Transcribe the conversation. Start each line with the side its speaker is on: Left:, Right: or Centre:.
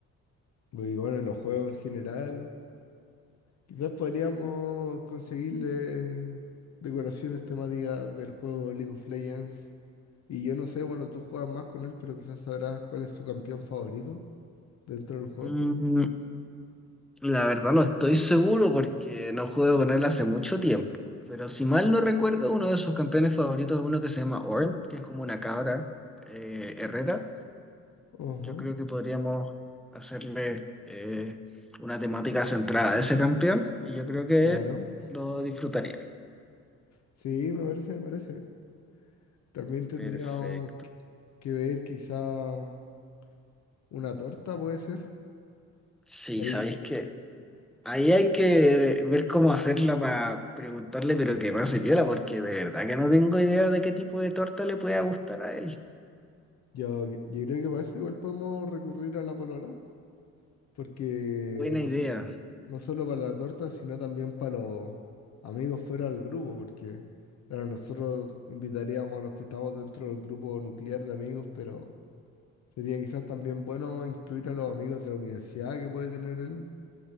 Left: y bueno, los juegos en general. Quizás podríamos conseguirle decoraciones temáticas del juego League of Legends. Y yo no sé, bueno, tú juegas más con él, pero quizás sabrás cuál es su campeón favorito dentro del juego.
Centre: Mm, La verdad no estoy seguro porque no juego con él hace mucho tiempo. Pero si mal no recuerdo, uno de sus campeones favoritos es uno que se llama Orn, que es como una cabra eh, herrera.
Left: Ajá,
Centre: Yo creo que podríamos hacerle eh, una temática centrada a ese campeón y yo creo que
Left: claro.
Centre: lo disfrutaría.
Left: Sí, me parece, me parece. También tendríamos
Centre: Perfecto.
Left: que que ver quizá una torta, puede ser.
Centre: Sí,
Left: Ahí,
Centre: sabéis que ahí hay que ver cómo hacerla para preguntarle, pero que pase piola, porque de verdad que no tengo idea de qué tipo de torta le pueda gustar a él.
Left: yo, yo creo que para eso igual podemos recurrir a la polola, porque
Centre: Buena
Left: no,
Centre: idea.
Left: so- no solo para la torta, sino también para los amigos fuera del grupo, porque claro, nosotros invitaríamos a los que estamos dentro del grupo nuclear de amigos, pero... Sería quizás también bueno incluir a los amigos de la universidad que puede tener él,